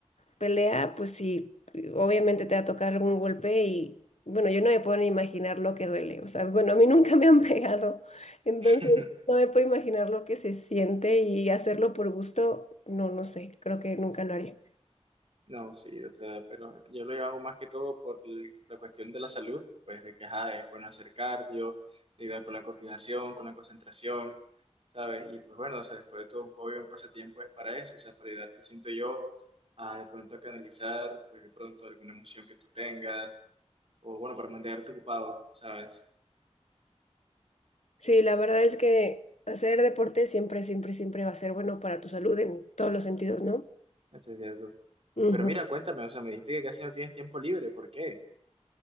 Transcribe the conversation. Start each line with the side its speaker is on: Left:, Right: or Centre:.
Left: pelea, pues sí, obviamente te va a tocar algún golpe y bueno, yo no me puedo ni imaginar lo que duele. O sea, bueno, a mí <laughs> nunca me han pegado, entonces
Right: <laughs>
Left: no me puedo imaginar lo que se siente y hacerlo por gusto, no, no sé, creo que nunca lo haría.
Right: No, sí, o sea, pero yo lo hago más que todo por l- la cuestión de la salud, pues de que, ajá, es bueno hacer cardio, de ayudar con la coordinación, con la concentración, ¿sabes? Y pues bueno, o sea, después de todo un hobby, un pasatiempo es para eso, o sea, para ayudarte, siento yo, a de pronto a canalizar, pues de pronto alguna emoción que tú tengas, o bueno, para mantenerte ocupado, ¿sabes?
Left: Sí, la verdad es que hacer deporte siempre, siempre, siempre va a ser bueno para tu salud en todos los sentidos, ¿no?
Right: Eso es cierto.
Left: Ujú.
Right: Pero mira, cuéntame, o sea, me dijiste que casi no tienes tiempo libre, ¿por qué?